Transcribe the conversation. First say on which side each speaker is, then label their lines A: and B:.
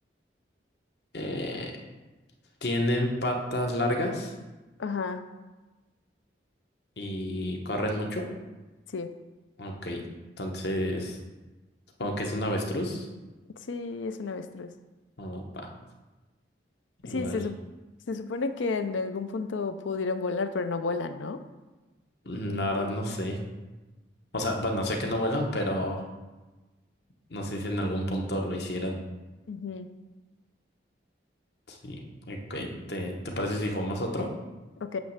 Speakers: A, on the left; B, on the left.
A: Eh, ¿tienen patas largas
B: ajá,
A: y corren mucho?
B: sí.
A: Ok, entonces supongo que es un avestruz.
B: Sí, es un avestruz.
A: Opa, igual,
B: Sí, se, sup- se supone que en algún punto pudieran volar, pero no volan, ¿no?
A: mm, la verdad no sé. O sea, bueno, sé que no vuelan, pero no sé si en algún punto lo hicieron.
B: Ujú.
A: Sí, ok, ¿te, te parece si jugamos otro?
B: Ok,